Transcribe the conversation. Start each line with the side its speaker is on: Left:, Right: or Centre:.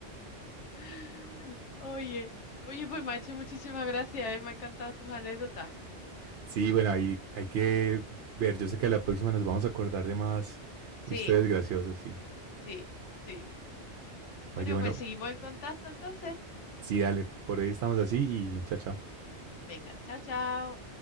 Left: <laughs> Oye, oye, pues macho, muchísimas gracias, eh, Me han encantado tus anécdotas.
Right: Sí, bueno, ahí hay que ver. Yo sé que a la próxima nos vamos a acordar de más
Left: Sí,
Right: historias graciosas, sí.
Left: sí, sí.
Right: Oye,
Left: Bueno,
Right: bueno,
Left: pues seguimos en contacto entonces.
Right: sí, dale, por ahí estamos así y chao, chao.
Left: Venga, chao, chao.